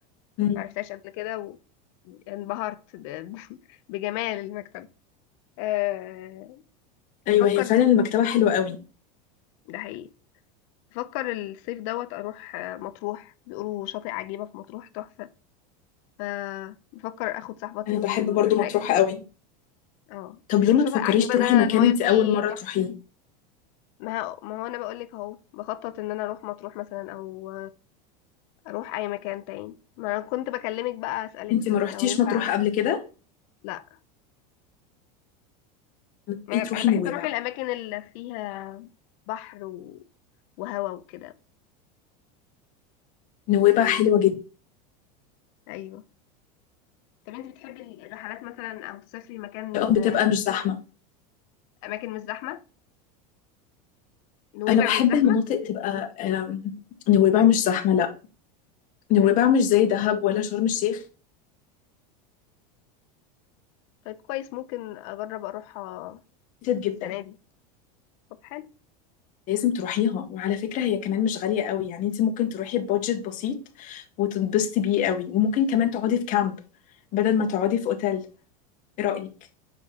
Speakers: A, on the left; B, on the left.
A: مم.
B: ما عرفتهاش قبل كده وانبهرت ب... <laughs> ب- بجمال المكتبة أه...
A: أيوة
B: بفكر
A: هي فعلا المكتبة حلوة قوي
B: ده حقيقي بفكر الصيف دوت أروح آه، مطروح بيقولوا شاطئ عجيبة في مطروح تحفة فبفكر أخد صاحبتي
A: أنا
B: ونروح
A: بحب برضو مطروحة
B: هناك
A: قوي
B: اه
A: طب
B: بيقولوا
A: ليه ما
B: شاطئ
A: تفكريش
B: عجيبة
A: تروحي
B: ده
A: مكان
B: المايه
A: انت
B: فيه
A: اول مره
B: تحفة
A: تروحيه
B: ما ه- ما هو انا بقول لك اهو بخطط ان انا اروح مطروح مثلا او اروح اي مكان تاني ما انا كنت بكلمك بقى اسالك
A: انت ما روحتيش
B: لو ينفع
A: مطروح قبل كده
B: لا
A: ما
B: ما
A: تبقي تروحي
B: انا انا بحب
A: نويبع
B: اروح الاماكن اللي فيها بحر و... وهوا وكده
A: نويبع
B: انت انت
A: حلوه جدا
B: ايوه طب انت بتحبي الرحلات مثلا او تسافري مكان
A: آه، بتبقى مش زحمه
B: اماكن مش زحمه نويبع
A: انا بحب
B: مش زحمه
A: المناطق تبقى آم، نويبع مش زحمه لا نويبع
B: ايوه
A: مش زي دهب ولا شرم الشيخ
B: طيب كويس ممكن اجرب اروحها
A: كتير جدا
B: السنه دي طب حلو
A: لازم تروحيها وعلى فكره هي كمان مش غاليه قوي يعني انت ممكن تروحي ببادجت بسيط وتتبسطي بيه قوي وممكن كمان تقعدي في كامب بدل ما تقعدي في اوتيل ايه رايك